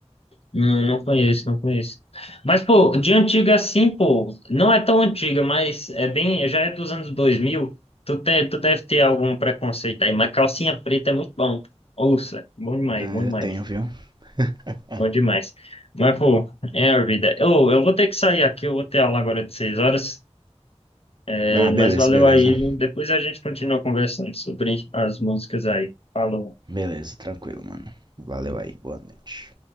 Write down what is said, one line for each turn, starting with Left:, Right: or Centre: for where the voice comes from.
Left: Não, não conheço, não conheço. Mas, pô, de antiga assim, pô, não é tão antiga, mas é bem, já é dos anos 2000. Tu, tem, tu deve ter algum preconceito aí, mas calcinha preta é muito bom. Ouça, bom demais,
Right: Ah,
Left: bom demais,
Right: eu tenho, viu? <laughs>
Left: bom demais. Mas, pô, é a vida. Eu, eu vou ter que sair aqui, eu vou ter aula agora de seis horas, é,
Right: ah,
Left: mas
Right: beleza,
Left: valeu
Right: beleza.
Left: aí. Depois a gente continua conversando sobre as músicas aí. Falou.
Right: Beleza, tranquilo, mano. Valeu aí, boa noite.